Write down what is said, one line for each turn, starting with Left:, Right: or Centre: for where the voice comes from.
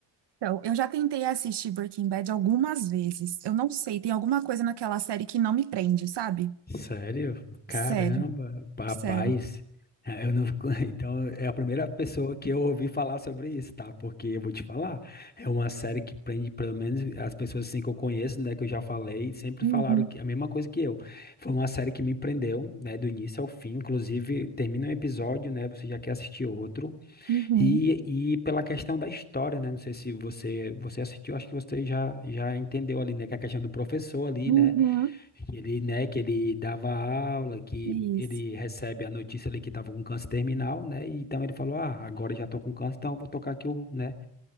Right: Então, eu já tentei assistir Breaking Bad algumas vezes. Eu não sei, tem alguma coisa naquela série que não me prende, sabe?
Left: Sério? Caramba,
Right: Sério,
Left: rapaz.
Right: sério.
Left: É, Eu não, <laughs> então, é a primeira pessoa que eu ouvi falar sobre isso, tá? Porque eu vou te falar, é uma série que prende, pelo menos as pessoas assim que eu conheço, né, que eu já falei, sempre
Right: Uhum,
Left: falaram que, a mesma coisa que eu. Foi uma série que me prendeu, né, do início ao fim. Inclusive, termina um episódio, né, você já quer assistir outro.
Right: uhum,
Left: E, e pela questão da história, né, não sei se você, você assistiu, acho que você já, já entendeu ali, né, que é a questão do professor ali,
Right: uhum.
Left: né, que ele, né, que ele dava aula, que
Right: Isso.
Left: ele recebe a notícia ali que estava com câncer terminal, né? e Então ele falou: "Ah, agora já tô com câncer, então eu vou tocar aqui o, né,